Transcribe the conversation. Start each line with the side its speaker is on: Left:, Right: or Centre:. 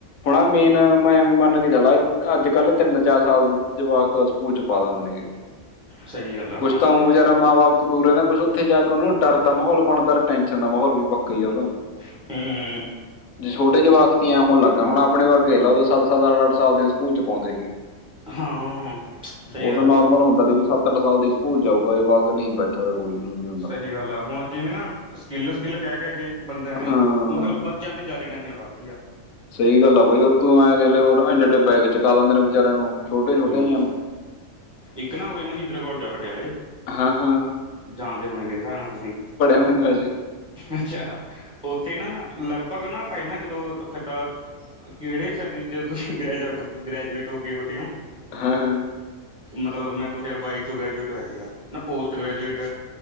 Left: ਹੁਣਾ ਮੇਨ ਮੈਂ ਐਵੇਂ ਮੰਨ ਕੇ ਚਲਾ, ਅੱਜਕੱਲ ਤਿੰਨ ਚਾਰ-ਸਾਲ ਦਾ ਜਵਾਕ ਸਕੂਲ ਚ ਪਾ ਦਿੰਦੇ।
Centre: ਸਹੀ ਗੱਲ ਆ
Left: ਕੁੱਛ
Centre: ਹਾਂ
Left: ਤਾਂ ਊ ਵਿਚਾਰਾ ਮਾਂ-ਬਾਪ ਦੂਰ ਦਾ ਕੁਛ ਉੱਥੇ ਜਾ ਕੇ ਉਹਨੂੰ ਡਰ ਦਾ ਮਾਹੌਲ ਬਣਦਾ, ਟੈਨਸ਼ਨ ਦਾ ਮਾਹੌਲ ਵੀ ਪੱਕਾ ਉਹਦਾ
Centre: ਹੂੰ,
Left: ਜੇ ਛੋਟੇ ਜਵਾਕ ਤੀਆਂ ਹੁਣ ਲੱਗਾ, ਹੁਣ ਆਪਣੇ ਵਰਗੇ ਦੇਖ ਲੇ ਸੱਤ-ਸੱਤ, ਅੱਠ-ਅੱਠ ਸਾਲ ਦਿਨ ਸਕੂਲ ਚ ਪਾਦੇ ਸੀ।
Centre: ਹਾਂ ਸਹੀ
Left: ਉਹ
Centre: ਗੱਲ
Left: ਤਾਂ ਨੋਰਮਲ
Centre: ਆ।
Left: ਹੁੰਦਾ ਸੀ, ਵੀ ਸੱਤ-ਅੱਠ ਸਾਲ ਦੀ ਸਕੂਲ ਜਾਊਗਾ ਜਵਾਕ ਨਹੀਂ ਬਸ ਤਾ ਕੋਈ ਨੀ
Centre: ਸਹੀ ਗੱਲ ਆ ਹੁਣ ਜਿਵੇਂ, ਨਾ ਸਕਿੱਲ-ਸਕਿੱਲ ਕਹਿ-ਕਹਿ ਕੇ ਬੰਦਿਆਂ ਨੇ
Left: ਹਾਂ
Centre: ਮਤਲਬ ਬੱਚਿਆਂ ਤੇ ਜ਼ਿਆਦਾ ਟੈਂਸ਼ਨ ਪਾ ਰੱਖੀ ਆ
Left: ਸਹੀ ਗੱਲ ਆ ਬਾਈ, ਉਥੋਂ ਐ ਦੇਖਲੇ ਐਡੇ ਬੈਗ ਚੁਕਾ ਦਿੰਦੇ, ਨੇ ਵਿਚਾਰਿਆਂ ਨੂੰ ਛੋਟੇ-ਛੋਟੇ
Centre: ਹੂੰ
Left: ਜਿਆਂ ਨੂੰ
Centre: ਇੱਕ ਨਾ ਉਰੇ ਮਹਿੰਦਰਾ ਕੋਲਜ ਪਟਿਆਲੇ
Left: ਹਾਂ-ਹਾਂ।
Centre: ਜਾਣਦੇ, ਹੋਣੇ ਮੇਰੇ ਹਿਸਾਬ ਨਾਲ ਤੁਸੀਂ
Left: ਮਹਿੰਦਰਾ ਜੀ
Centre: ਅੱਛਾ, ਉੱਥੇ ਨਾ ਲਗਭਗ ਨਾ ਪਹਿਲਾਂ ਜਦੋਂ ਤਾ ਕਿਹੜੇ ਸਾਡੇ 'ਚ ਤੁਸੀਂ ਗ੍ਰੈਜੂਟ ਗ੍ਰੈਜੂਏਟ ਹੋ ਕੇ ਹੋਟੇ ਹੋ।
Left: ਹਾਂ-ਹਾਂ।
Centre: ਮਤਲਬ ਮੈਂ ਦੋ ਹਜ਼ਾਰ ਬਾਈ ਚੋਂ ਗ੍ਰੈਜੂਏਟ ਹੋਇਆ, ਸੀਗਾ ਨਾ ਪੋਸਟ ਗ੍ਰੈਜੂਏਟ।